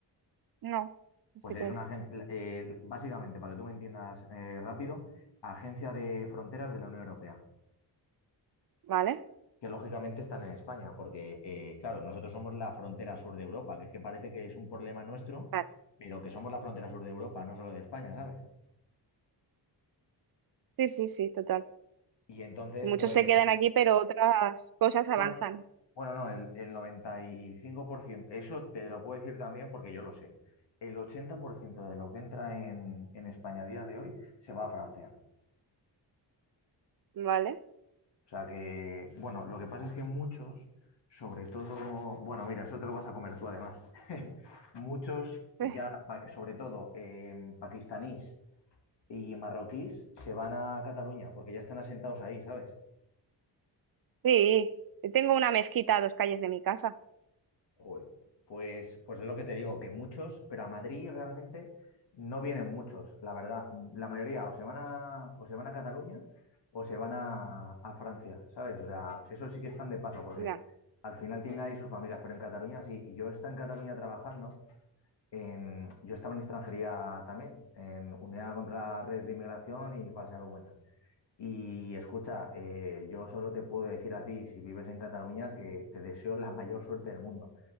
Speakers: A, on the right; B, on the left.
A: No, no
B: pues
A: sé
B: es
A: qué
B: una
A: es.
B: agencia, básicamente, para que tú me entiendas eh, rápido, agencia de fronteras de la Unión Europea,
A: ¿Vale?
B: que lógicamente están en España, porque eh, claro, nosotros somos la frontera sur de Europa, que es que parece que es un problema nuestro,
A: Vale.
B: pero que somos la frontera sur de Europa, no solo de España, ¿sabes?
A: Sí, sí, sí, total.
B: Y entonces,
A: que muchos
B: pues
A: se quedan aquí, pero otras cosas avanzan,
B: No, bueno, no, el, el 95%, eso te lo puedo decir también porque yo lo sé. El 80% de lo que entra en, en España a día de hoy se va a Francia.
A: ¿vale?
B: O sea que, bueno, lo que pasa es que muchos, sobre todo, bueno, mira, eso te lo vas a comer tú además. <laughs> Muchos, ya,
A: <laughs> Eh,
B: pa- sobre todo eh, pakistaníes y marroquíes, se van a Cataluña porque ya están asentados ahí, ¿sabes?
A: Sí, yo tengo una mezquita a dos calles de mi casa.
B: Joder, pues, pues es lo que te digo, que muchos, pero a Madrid realmente no vienen muchos, la verdad. La mayoría o se van a, o se van a Cataluña o se van a, a Francia, ¿sabes? O sea, eso sí que están de paso, porque
A: Ya.
B: al final tienen ahí sus familias, pero en Cataluña sí. Y yo estaba en Cataluña trabajando, en- yo estaba en extranjería también, en Unidad contra Redes de Inmigración y Falsedad de Documental. Y escucha, eh, yo solo te puedo decir a ti, si vives en Cataluña, que te deseo la mayor suerte del mundo